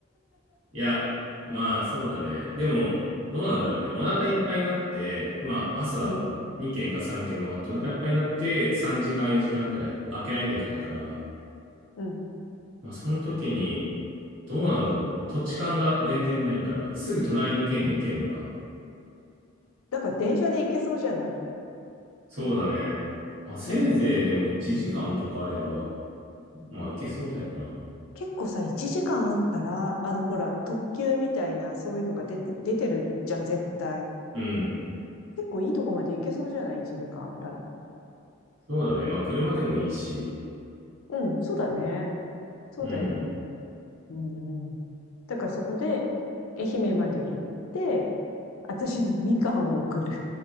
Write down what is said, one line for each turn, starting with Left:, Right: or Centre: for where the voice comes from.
Right: いや、まあ、そうだね。でも、どうなんだろうね。お腹いっぱいになって、まあ、朝2軒か3軒回ってお腹いっぱいになって、
Left: うん、
Right: 3時間4時間ぐらい開けないといけないから、
Left: うん。
Right: まあ、その時に、どうなんだろう。土地勘が全然ないから、すぐ隣の県に行けんのかな。
Left: だから電車で行けそうじゃない。
Right: そうだね。まあ、せいぜいでも1時間とかあれば、
Left: うん。
Right: まあ、いけそうだよな。
Left: 結構さ、1時間あったら、あの、ほら、特急みたいな、そういうのが出て、出てるじゃん、絶対。
Right: うん。
Left: 結構いいとこまで行けそうじゃない ?1 時間あったら。
Right: そうだね。まあ、車でもいいし。
Left: うん、そうだね。そうだよ。
Right: うん。
Left: うんうん。だからそこで、愛媛まで行って、私にみかんを送る。